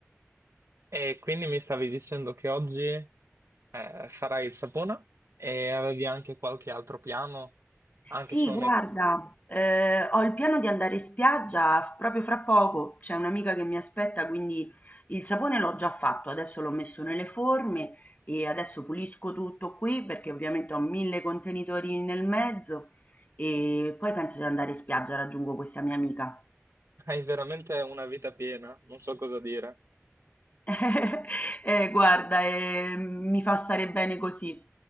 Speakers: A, on the right; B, on the left.
A: E quindi mi stavi dicendo che oggi eh, farai il sapone e avevi anche qualche altro piano, anche
B: Sì,
A: solo
B: guarda,
A: nei
B: ehm, ho il piano di andare in spiaggia f proprio fra poco, c'è un'amica che mi aspetta, quindi il sapone l'ho già fatto, adesso l'ho messo nelle forme e adesso pulisco tutto qui, perché ovviamente ho 1000 contenitori nel mezzo e poi penso di andare in spiaggia, raggiungo questa mia amica.
A: Hai veramente una vita piena, non so cosa dire.
B: <laughs> Eh, guarda, ehm, mi fa stare bene così.